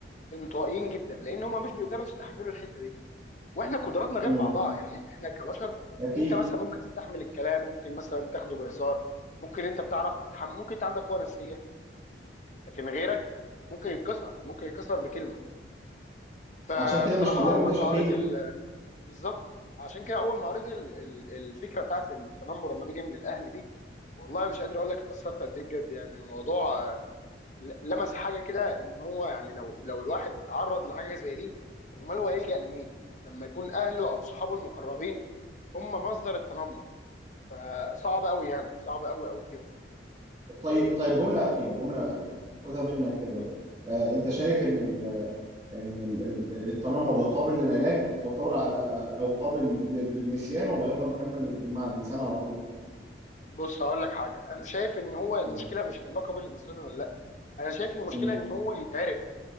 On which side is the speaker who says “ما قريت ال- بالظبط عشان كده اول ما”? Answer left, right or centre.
Left